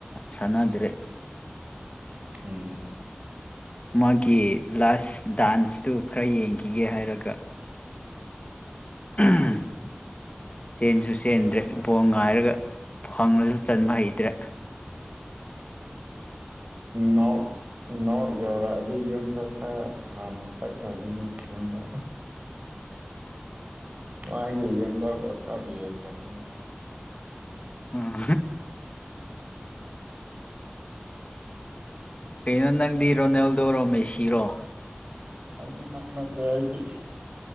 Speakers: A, on the left (about 30°); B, on the right (about 35°).
A: ꯁꯥꯟꯅꯗ꯭ꯔꯦ
B: ꯎꯝ
A: ꯃꯥꯒꯤ ꯂꯥꯁ ꯗꯥꯟꯁꯇꯨ ꯈꯔ ꯌꯦꯡꯈꯤꯒꯦ ꯍꯥꯏꯔꯒ <unintelligible> ꯆꯦꯟꯁꯨ ꯆꯦꯟꯗ꯭ꯔꯦ
B: ꯑꯥ
A: ꯕꯣ ꯉꯥꯏꯔꯒ ꯐꯪꯉꯁꯨ ꯆꯟꯕ ꯍꯩꯇ꯭ꯔꯦ
B: ꯅ ꯅꯣꯔꯠ ꯌꯧꯔꯛꯑꯗꯤ ꯌꯨꯝ ꯆꯠꯄ ꯍꯥꯟꯅ ꯆꯠꯈ꯭ꯔꯅꯤꯅ ꯌꯨꯝꯗ ꯃꯥꯒꯤꯗ ꯀ ꯀꯅꯤꯅꯦꯅꯤ
A: ꯎꯝ ꯀꯩꯅꯣ ꯅꯪꯗꯤ ꯔꯣꯅꯥꯜꯗꯔꯣ ꯃꯦꯁꯤꯔꯣ
B: ꯑꯅꯤ ꯃꯥ ꯅꯠꯇꯦ ꯍꯥꯏꯗꯤ